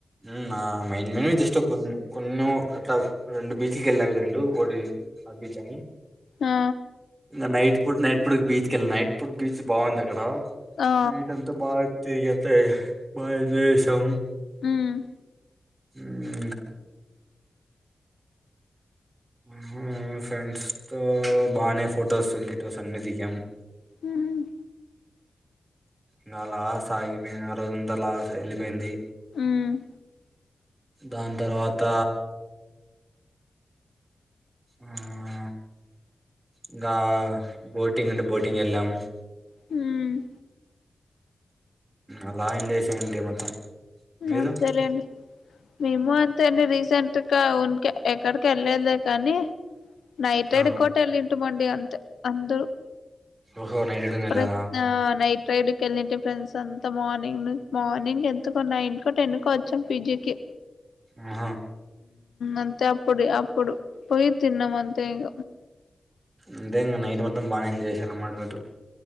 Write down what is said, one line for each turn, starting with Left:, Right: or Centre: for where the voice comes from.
Right: ఉన్న మెయిన్ మెయిన్ జస్ట్ కొన్ని కొన్ రెండు బీచ్ కెల్లాం రెండు ఓటీ మాల్ప్ బీచ్ అని
Left: ఆ
Right: ఇగ నైట్ ఇప్పుడు నైట్ పూట బీచ్ కెల్నా నైట్ పూట బీచ్ బాగుంది అక్కడ
Left: ఆ
Right: నైట్ అంతా బాగా తిరిగేతే బాగా ఎంజాయ్ చేశాం
Left: హుమ్
Right: హుమ్ హుమ్ ఫ్రెండ్స్ తో బానే ఫోటోస్ గీటోస్ అన్ని దిగాం
Left: హుమ్
Right: ఇంకా అలా సాగిపోయిన ఆ రోజుంతా అలా ఎల్లిపోయింది
Left: ఉమ్
Right: దాని తర్వాత హుమ్ ఇంకా బోటింగ్ అంటే బోటింగ్ ఎళ్ళాం
Left: హామ్
Right: అలా ఇం దేశం ఉంటే మొత్తం మీరు?
Left: అంతేలేండి మేము అంతే అండి రీసెంట్ ఇంకా ఉన్కే ఎక్కడికి వెళ్ళలేదులే కానీ నైట్ రెడ్కో
Right: ఆ!
Left: కోట ఎల్లింటం మండి అంతే అంతే అందు
Right: ఓహో! నైట్ రైడింగ్ ఎళ్లారా?
Left: ప్రస్ నా లై రైడ్కి వెళ్ళిే ఫ్రెండ్స్ అంత మార్నింగ్ మార్నింగ్ ఎంత ఇ నైన్ కు టెన్ కో వచ్చాం పిజికి
Right: ఆ
Left: అంత అప్పుడు అప్పుడు పోొయి తిన్నామ అంతే ఇగ
Right: అంటే ఇంకా నైట్ మొత్తం బానే ఎంజాయ్ చేసారు అన్నమాట మీరు